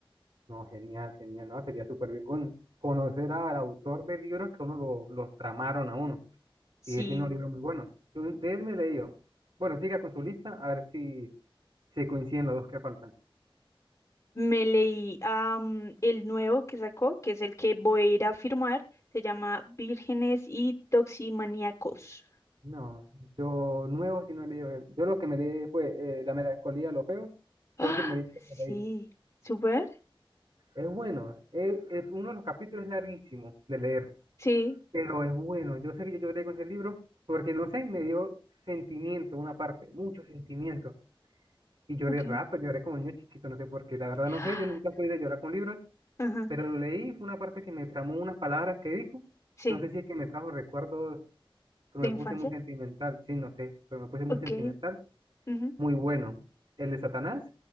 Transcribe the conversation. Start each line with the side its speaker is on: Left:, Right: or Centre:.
Right: no, genial, genial, no, sería súper bien con, conocer al autor de libros que uno lo, los tramaron a uno,
Left: Sí,
Right: y él tiene un libro muy bueno, Yo de él me he leído, bueno, siga con su lista, a ver si, si coinciden los dos que faltan.
Left: Me leí am, el nuevo que sacó, que es el que voy a ir a firmar. Se llama Vírgenes y Toximaníacos.
Right: No, yo nuevo si no he leído él, yo lo que me leí fue eh, La melancolía de los feos,
Left: Ah,
Right: fue el primerito
Left: sí.
Right: que leí,
Left: ¿Súper?
Right: Es bueno, es, es- uno de los capítulos es larguísimo de leer,
Left: Sí.
Right: pero es bueno. Yo sé que yo lloré con ese libro porque, no sé, me dio sentimiento, una parte, mucho sentimiento. Y lloré
Left: Ok.
Right: rápido,
Left: <gasps>
Right: lloré como niño chiquito, no sé por qué. La verdad no
Left: Ah,
Right: sé, yo nunca fui de llorar con libros,
Left: Ajá.
Right: pero lo leí, fue una parte que me tramó unas palabras que dijo.
Left: Sí.
Right: No sé si es que me trajo recuerdos, pero
Left: ¿De
Right: me
Left: infancia?
Right: puse muy sentimental. Sí, no sé, pero me puse muy
Left: Ok.
Right: sentimental.
Left: ujú,
Right: Muy bueno. El de Satanás